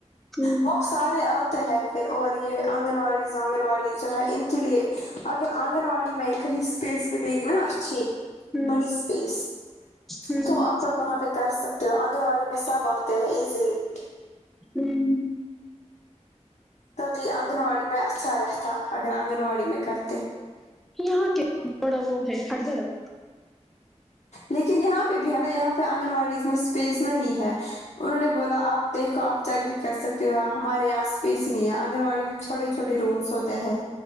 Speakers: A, in the centre; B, on the left.
A: ہوں
B: وہ سارے ہے پھر اور یہ آنگن واڑی آنگن واڑی جو ہے ان کے لیے اگر آنگن واڑی میں کہیں اسپیس ملے گی نا اچھی
A: ہوں
B: بڑی اسپیس
A: ہوں
B: تو آپ لوگ وہاں پہ کر سک آنگن واڑی میں سب آتے ہیں ایزیلی
A: ا <unintelligible>
B: تبھی آنگن واڑی میں سرخ <unintelligible> تھا اگر آنگن واڑی میں کرتے
A: یہاں کے تھوڑا وہ ہے ہٹ درم
B: لیکن یہاں پہ بھی ہے نا یہاں پہ آنگن واڑی میں اسپیس نہیں ہے انہوں نے بولا آپ دیکھو آپ جیک بھی کر سکتے ہو ہمارے یہاں اسپیس نہیں ہے آنگن واڑی میں چھوٹے چھوٹے رومس ہوتے ہیں